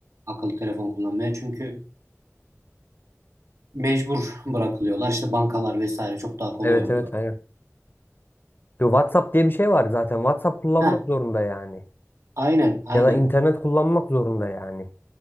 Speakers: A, on the right; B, on the left.
A: akıllı telefon kullanmaya. Çünkü mecbur bırakılıyorlar. İşte bankalar vesaire çok daha kolay
B: Evet
A: oluyor.
B: evet aynen. Yo, WhatsApp diye bir şey var zaten. WhatsApp kullanmak
A: Heh,
B: zorunda yani.
A: aynen, aynen,
B: Ya da internet kullanmak zorunda yani.